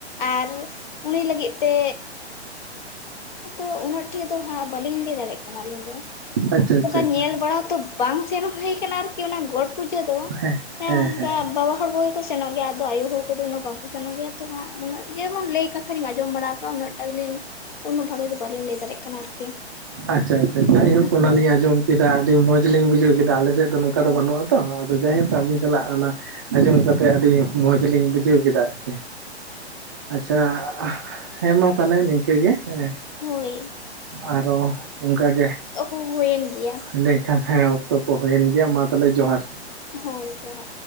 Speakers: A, on the left (about 45°); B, on the right (about 20°).
A: ᱟᱨ ᱩᱱᱤ ᱞᱟᱹᱜᱤᱫ ᱛᱮ ᱛᱚ ᱩᱱᱟᱹᱜ ᱴᱷᱮ ᱫᱚ ᱦᱟᱜ ᱵᱟᱹᱞᱤᱧ ᱞᱟᱹᱭ ᱫᱟᱲᱮᱜ ᱠᱟᱱᱟ ᱟᱹᱞᱤᱧ ᱫᱚ
B: ᱟᱪᱪᱷᱟ ᱟᱪᱪᱷᱟ
A: ᱚᱱᱠᱟ
B: ᱟᱪᱪᱷᱟ
A: ᱧᱮᱞ ᱵᱟᱲᱟ ᱦᱚᱸᱛᱚ ᱵᱟᱝ ᱥᱮᱱ ᱦᱩᱭ ᱠᱟᱱᱟ ᱟᱨᱠᱤ ᱚᱱᱟ ᱜᱚᱴ ᱯᱩᱡᱟᱹ ᱫᱚ
B: ᱦᱮᱸ
A: ᱚᱱᱮ
B: ᱦᱮᱸ
A: ᱚᱱᱠᱟ
B: ᱦᱮᱸ
A: ᱵᱟᱵᱟ ᱦᱚᱲ ᱠᱚᱜᱮ ᱠᱚ ᱥᱮᱱᱚᱜ ᱜᱮᱭᱟ ᱟᱫᱚ ᱟᱭᱩ ᱦᱚᱲ ᱠᱚᱫᱚ ᱩᱱᱟᱹᱜ ᱵᱟᱝᱠᱚ ᱥᱮᱱᱚᱜ ᱜᱮᱭᱟ ᱛᱚ ᱦᱟᱜ ᱩᱱᱟᱹᱜ ᱡᱮᱢᱚᱱ ᱞᱟᱹᱭ ᱠᱟᱛᱷᱟ ᱨᱮᱧ ᱟᱸᱡᱚᱢ ᱵᱟᱲᱟ ᱟᱠᱟᱜᱟ ᱩᱱᱟᱹᱜ ᱴᱟᱜᱤᱧ ᱩᱱᱟᱹ ᱵᱷᱟᱜᱮ ᱫᱚ ᱵᱟᱹᱞᱤᱧ ᱞᱟᱹᱭ ᱫᱟᱨᱮᱜ ᱠᱟᱱᱟ ᱟᱨᱠᱤ᱾
B: ᱟᱪᱪᱷᱟ ᱟᱪᱪᱷᱟ ᱟᱪᱪᱷᱟ ᱡᱟᱭᱦᱳᱠᱽ ᱚᱱᱟᱞᱤᱧ
A: ᱦᱳᱭ
B: ᱟᱸᱡᱚᱢ ᱠᱮᱫᱟ ᱟᱹᱰᱤ ᱢᱚᱸᱡᱽᱞᱤᱧ ᱵᱩᱡᱷᱟᱹᱣ ᱠᱮᱫᱟ ᱟᱞᱮᱥᱮᱫ ᱫᱚ ᱱᱚᱝᱠᱟ
A: ᱦᱳᱭ
B: ᱫᱚ ᱵᱟᱹᱱᱩᱜ ᱟ᱾ ᱛᱚ ᱟᱫᱚ ᱡᱟᱭᱦᱳᱠ ᱟᱵᱤᱱ ᱥᱟᱞᱟᱜ ᱚᱱᱟ ᱟᱸᱡᱚᱢ ᱠᱟᱛᱮᱜ ᱟᱹᱰᱤ ᱢᱚᱡᱽ ᱞᱤᱧ ᱵᱩᱡᱷᱟᱹᱣ ᱠᱮᱫᱟ ᱟᱨᱠᱤ᱾ ᱟᱪᱪᱷᱟ ᱦᱮᱸᱢᱟ ᱛᱟᱞᱮ ᱱᱤᱝᱠᱟᱹ ᱜᱮ ᱦᱮᱸ᱾
A: ᱦᱩᱭ᱾
B: ᱟᱨᱚ ᱚᱱᱠᱟᱜᱮ
A: ᱠᱚ ᱦᱩᱭᱮᱱ ᱜᱮᱭᱟ
B: ᱰᱮ ᱮᱱᱠᱷᱟᱱ ᱦᱮᱸ ᱚᱠᱛᱚ ᱠᱚ ᱦᱩᱭᱮᱱ ᱜᱮᱭᱟ ᱢᱟ ᱛᱟᱞᱦᱮ ᱡᱚᱦᱟᱨ᱾
A: ᱦᱳᱭ ᱡᱚᱦᱟᱨ᱾